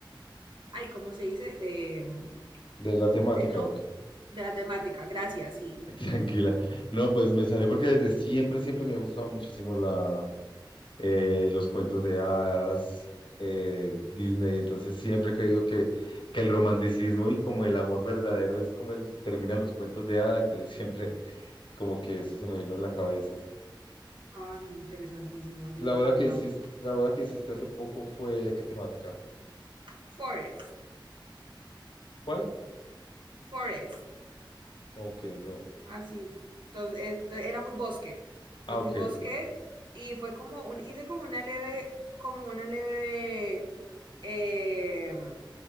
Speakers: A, on the right (about 70°); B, on the left (about 75°).
A: ay, ¿cómo se dice? De, mm,
B: ¿De la temática
A: del nombre,
B: o
A: de la temática. Gracias, sí.
B: Tranquila. No, pues me salió porque desde siempre, siempre me ha gustado muchísimo la, eh, los cuentos de hadas, eh, Disney. Entonces siempre he creído que, que el romanticismo y como el amor verdadero es como el- terminan los cuentos de hadas. Entonces <laughs> siempre como que eso se me vino en la cabeza.
A: Ay, interesantísimo, me
B: La
A: encanta.
B: boda que hiciste, la boda que hiciste hace poco fue, ¿qué temática?
A: Forest,
B: ¿Cuál?
A: forest,
B: Ok, no.
A: así. Entonces, eh, era muy bosque, fue
B: Ah,
A: muy
B: ok,
A: bosque
B: ok.
A: y fue como, un, hice como una leve, como una leve, eh,